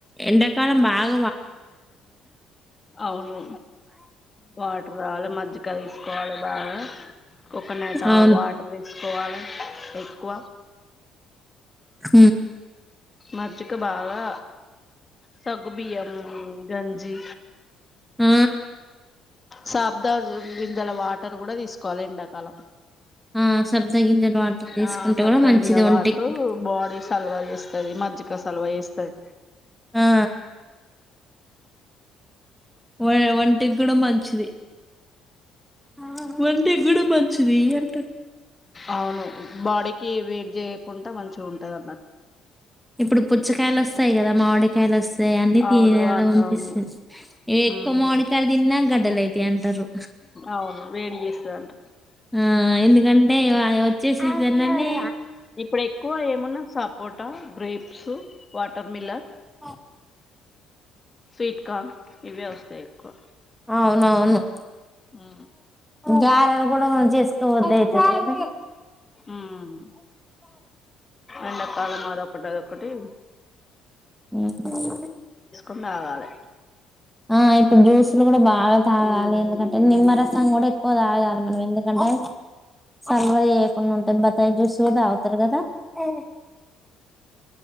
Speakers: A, in the centre; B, on the left.
A: ఎండకాలం భాగ
B: అవును వాటర్ తాగాలి మజ్జిగ తీసుకోవాలి బాగా కోకోనట్
A: అవును
B: వాటర్ తీసుకోవాలి ఎక్కువ
A: హ
B: మజ్జిక బాగా సగ్గుబియ్యం గంజి
A: ఆ
B: సాబ్ద గింజల వాటర్ కూడా తీసుకోవాలి ఎండాకాలం
A: ఆ సబ్జా గింజల వాటర్ తీసుకుంటే
B: ఆ సబ్జా
A: కూడా మంచిది
B: గింజ
A: ఒంటికి
B: వాటరు బాడీ సలువ చేస్తది మజ్జిగ సలువ చేస్తది
A: ఆ వ ఒంటి కూడా మంచిది ఆ ఒంటే కూడా బంచది అంట
B: అవును బాడీకి వేడి చేయకుండా మంచిగా ఉంటది అన్నట్టు
A: ఇప్పుడు పుచ్చకాయలు వస్తాయి కదా మామిడికాయలు వస్తాయి అన్ని తినేలా
B: అవును వాత
A: అనిపిస్తంది
B: అవును
A: ఎక్కువ
B: ఉమ్
A: మామిడికాయలు తిన్నా గడ్డలు అయితాయి అంటారు
B: అవును <unintelligible>
A: ఆ ఎందుకంటే ఆ వచ్చేసిందికనండి
B: ఇప్పుడు ఎక్కువ ఏమున్నా సపోటా grapes water Miller
A: <unintelligible>
B: sweet corn ఇవే వస్తాయి ఎక్కువ
A: అవునవును
B: ఆ
A: గారెలు కూడా చేసుకోవద అయితది
B: ఉమ్ ఎండాకాలం అదొకటి అదొకటి
A: హ్మ్ హ్మ్
B: ండగాాల
A: ఆ ఇప్పుడు జ్యూసులు కూడా బా బాగా తాగాలి
B: ఉమ్
A: ఎందుకంటే నిమ్మరసం కూడా పోదాగా మన ఎందుకంటే సలవ చేయకుండా బత్తాయి జూసు తాగుతాడు కదా ఆ